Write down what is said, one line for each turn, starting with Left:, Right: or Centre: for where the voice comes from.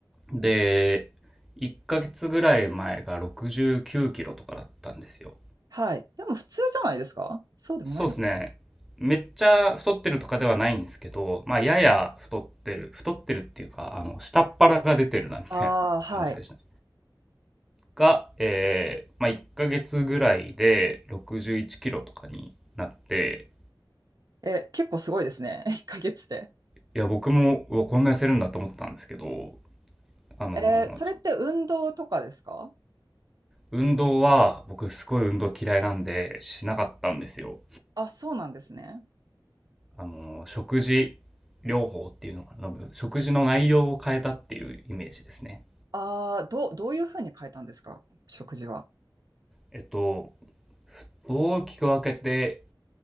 Centre: で、1ヶ月ぐらい前が69キロとかだったんですよ。
Right: はい。でも普通じゃないですかそうでもないの
Centre: そうですね。めっちゃ太ってるとかではないんですけど、まあ、やや太ってる、太ってるっていうか、あの、下っ腹が出てるな、みたいな感じでしたね。
Right: ああー、はい。
Centre: が、えー、まあ、1ヶ月ぐらいで61キロとかになって、
Right: え、結構すごいですね。<laughs> 1ヶ月で。
Centre: いや、僕も、うわ、こんな痩せるんだと思ったんですけど、あの、
Right: えーそれって運動とかですか
Centre: 運動は、僕すごい運動嫌いなんで、しなかったんですよ。
Right: あ、そうなんですね。
Centre: あの、食事療法っていうのかな、食事の内容を変えたっていうイメージですね。
Right: ああ、どう、どういうふうに変えたんですか食事は。
Centre: えっと、大きく分けて